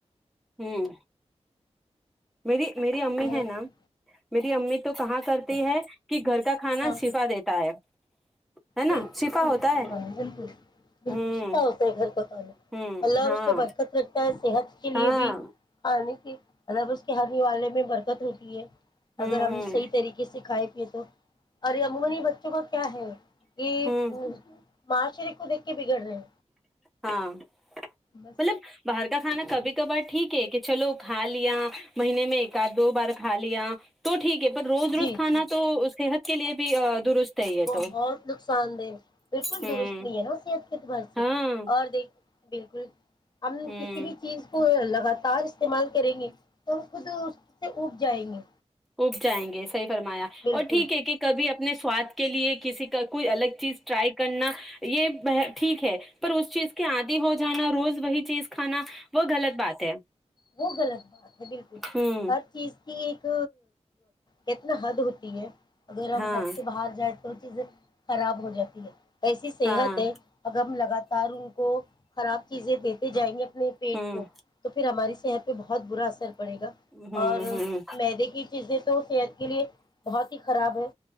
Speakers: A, in the centre; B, on the left.
A: ہوں میری میری امی
B: صحت
A: ہے نا میری امی تو کہاں کرتی
B: ہاں
A: ہے کہ گھر کا کھانا
B: ہاں
A: شفا دیتا ہے ہے نا
B: بالکل
A: شفا
B: صحیح
A: ہوتا
B: کرا ہے بالکل بالکل
A: ہوں
B: چپا ہوتا ہے گھر کا کھانا
A: ہوں
B: اللہ
A: ہاں
B: اس پہ برکت رکھتا ہے صحت کے لیے
A: ہاں
B: بھی کھانے مطلب اس کے ہانی والے میں برکت ہوتی ہے
A: ہوں
B: اگر ہم
A: ہوں
B: صحیح طریقے سےکھھائے ارے ابو کو نہیں بچوں کا کیا ہے یہ
A: ہوں
B: ماشر کو دیک کے بگڑ رہے ہیں
A: ہاں
B: بس
A: مطلب باہر کھانا کبھی کبار ٹھیک ہے کہ چلو کھا لیا مہینے میں ایک آدھ دو بار کھا لیا تو ٹھیک ہے پر
B: جی
A: روز روز
B: جی
A: کھانا
B: جی
A: تو صحت کے لیے بھی درست ہے یہ
B: بہت
A: تو
B: نقصان دہ بالکل
A: ہوں
B: درست نہیں ہے نا اس ایک بھر سے
A: ہاں
B: اور دیکھ بالکل ہم
A: ہوں
B: کسی بھی چیز کو لگاتار استعمال کریں گے تو ہم خود اس سے اگ جائیں گے
A: اگ جائیں گے صحیح فرمایا
B: بالکل
A: اور ٹھیک ہے کہ کبھی اپنے سواد کے لیے کسی کا کوئی الگ چیز ٹرائی کرنا یہ ٹھیک ہے پر اس چیز کے آدی ہو جانا روز وہی چیز کھانا وہ غلط بات ہے
B: وہ غلط بات ہے بالکل
A: ہوں
B: ہر چیز کہ ایک کتنا حد ہوتی ہے اگر ہم
A: ہاں
B: ہد سے باہر جائیں تو چیزیں خراب ہو جاتی ہے ایسی صحت
A: ہاں
B: ہے اگر ہم لگاتار ان کو خراب چیزیں دی جائیں گے اپنے پیٹ
A: ہوں
B: کو تو پھر ہماری یہ، تو ب بہت برا اثر پڑے گا
A: ہوں
B: اور
A: ہوں
B: مدے کی چیزیں تو صحت کے لیے بہت ہی خراب ہے